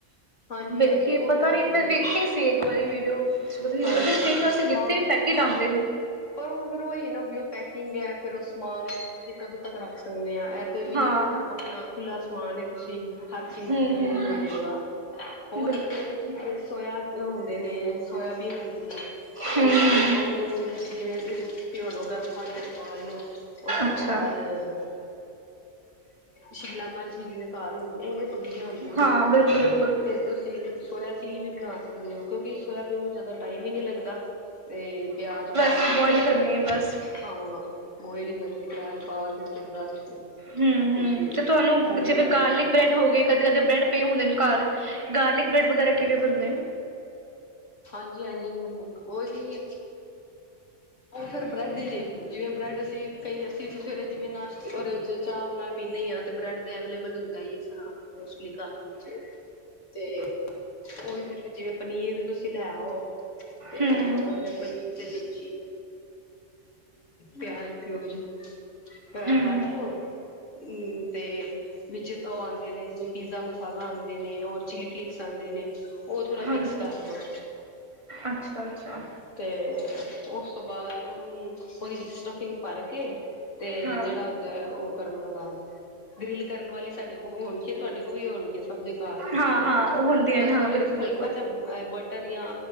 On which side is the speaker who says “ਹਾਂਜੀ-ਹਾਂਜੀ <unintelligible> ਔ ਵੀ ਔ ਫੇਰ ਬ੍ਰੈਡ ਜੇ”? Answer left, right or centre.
Left